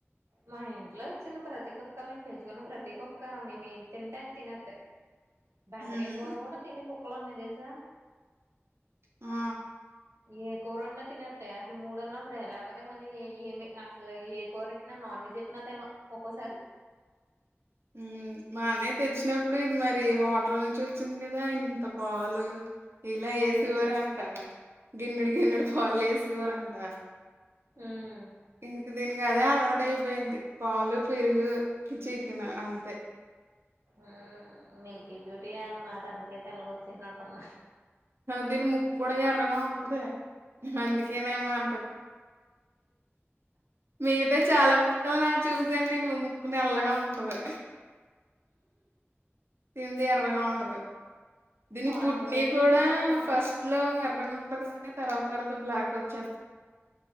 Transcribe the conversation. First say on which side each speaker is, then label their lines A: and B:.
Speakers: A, on the right; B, on the right.
A: మా ఇంట్లో చిన్న ప్రతి కుక్క మేము పెంచుకున్నాం ప్రతి కుక్క మేము ఏం తింటే అది తినెత్తాయి బెండకాయ
B: హ్మ్
A: కూర కూడా తిని కుక్కలు ఉన్నాయి తెలుసా
B: ఆ
A: ఏ కూర వండినా తినేస్తాయి అటు మూడున్నప్పుడే లేకపోతే మళ్ళీ ఏం అసలు ఏ కూరెట్టినా నాన్ వెజ్ పెట్టిన తినవ్ ఒక్కోసారి
B: ఉమ్ మా అన్నయ్య తెచ్చినప్పుడు ఇది మరి హోటల్ నుంచి వచ్చింది కదా ఇంత పాలు ఇలా వేసేవారంట
A: ఉమ్
B: గిన్నెడు గిన్నెడు
A: ఉమ్
B: పాలు వేసేవారంట
A: ఉమ్
B: ఇంక దీనికి ఇంకా అదే అలవాటు అయిపోయింది పాలు పెరుగు చికెన్ అంతే
A: ఆ మిల్కీ బ్యూటీ అన్నమాట అందుకే తెల్లగా వచ్చేసినట్టుంది
B: దీని ముక్కు కూడా ఎర్రగా ఉంటది అందుకే నేమో అంట మీతో చాలా కుక్కలు ఉన్నాయి చూసా నేను ముక్కు నల్లగా ఉంటది తింది ఎర్రగా ఉంటది దీనికి
A: హోటల్
B: పుట్టినీ
A: నుంచి
B: కూడా
A: తీసుకొచ్చారా
B: ఫస్ట్ లో ఎర్రగా ఉంటది కదా తర్వాత తర్వాత బ్లాక్ వచ్చే